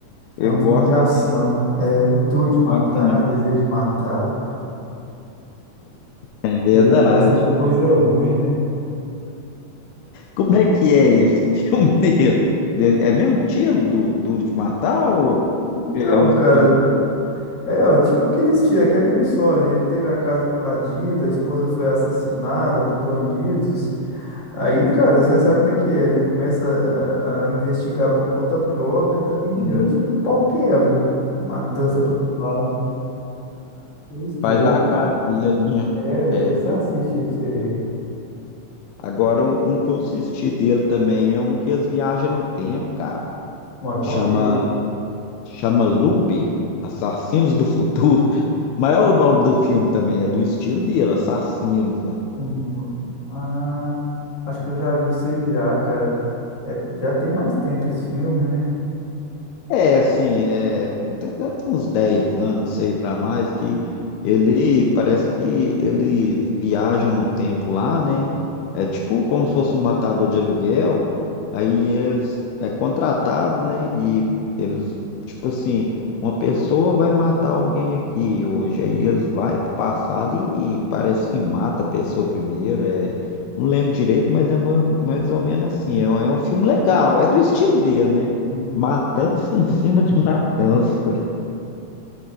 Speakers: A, on the left (about 80°); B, on the left (about 60°).
A: ele
B: É um filme
A: gosta
B: de ação.
A: mesmo,
B: É duro
A: ele
B: de matar,
A: gosta mesmo.
B: desejo de matar.
A: É verdade.
B: ele gosta de coisa ruim, né?
A: Como é que é esse <laughs> filme dele? De- É mesmo estilo do Duro de Matar ou
B: Então,
A: é um estilo
B: cara,
A: que
B: é, ó, tipo aqueles tiros, que é a mesma história, né? Ele teve a casa invadida, a esposa foi assassinada por bandidos. Aí, cara, você sabe como é que é, né? Começa a, a investigar por conta própria e dali em
A: hum,
B: diante o pau quebra. Matança pra todo lado, né? Aqueles tiros
A: faz
B: aí.
A: a cara dele mesmo?
B: É, depois
A: É, filme
B: você assiste aí pra você
A: dele.
B: ver.
A: Agora, um, um que eu assisti dele também é um que eles viajam no tempo, cara.
B: Mas qual
A: Chama,
B: que é?
A: chama Looper, Assassinos do Futuro. <laughs> Mas é o nome do filme também, é do estilo dele, Assassinos.
B: Hum, Ah, acho que eu já vi isso aí já, cara. É, já tem mais tempo esse filme, né?
A: É, assim, é, eu tenho, deve ter uns 10 anos, sei para mais, que ele parece que eles viajam no tempo lá, né? É tipo como se fosse um matador de aluguel, aí eles é contratado, né? E eles, tipo assim, uma pessoa vai matar alguém aqui hoje, aí eles vai pro passado e, e parece que mata a pessoa primeiro, é, não lembro direito, mas é ma- mais ou menos assim, é, um- é um filme legal, é do estilo dele, né?
B: Hum.
A: Matança em cima de matança.